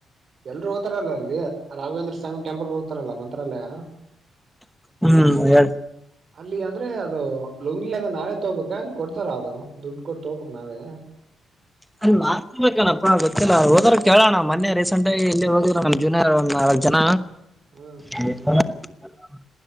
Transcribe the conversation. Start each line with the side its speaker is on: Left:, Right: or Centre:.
Right: ಎಲ್ರು ಹೋಗತಾರಲ್ಲ ಅಲ್ಲಿ ರಾಘವೇಂದ್ರ ಸ್ವಾಮಿ ಟೆಂಪಲ್ ಹೋಗ್ತಾರಲ್ಲಾ ಮಂತ್ರಾಲಯ
Centre: ಹ್ಮ್ ಹೇಳ
Right: ಅಲ್ಲಿ ಅಂದ್ರೆ ಅದು ಲುಂಗಿ ಅದ ನಾವೇ ತೋಬೇಕ ಅಲ್ಲಿ ಕೊಡ್ತಾರ ಅದು ದುಡ್ಡು ಕೊಟ್ಟ ತೋಗೊಬೇಕ ನಾವೇ
Centre: ಆಲ ಮಾತ್ರಬೇಕಣಪ್ಪ ಗೊತ್ತಿಲ್ಲಾ ಹೋದರ ಕೇಳೋಣ ಮೊನ್ನೆ ರೀಸೆಂಟ್ ಆಗ ಇಲ್ಲಿ ಹೋಗಿದ್ರ ನನ್ ಜೂನಿಯರ್ ಒಂದ್ ನಾಲ್ಕ್ ಜನ
Right: ಹ್ಮ
Centre: <inaudible>